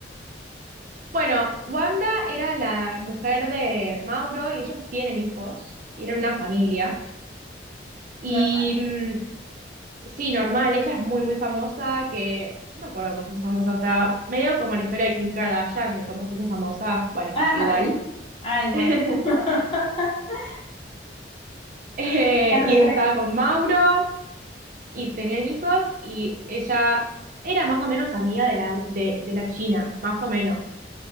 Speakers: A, on the right; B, on the left.
A: Bueno, Wanda era la mujer de Mauro y ellos tienen hijos y eran una familia. Y
B: normal.
A: mm, sí, normal, ella es muy, muy famosa, que no me acuerdo cómo se hizo famosa, o sea, medio como la historia de Kim Kardashian, de cómo se hizo famosa, bueno,
B: Ajá,
A: igual.
B: Ay, bueno.
A: <laughs>
B: <laughs>
A: Eh,
B: Terrible.
A: y ella estaba con Mauro. y tenían hijos y ella era más o menos amiga de la, de, de la China, más o menos.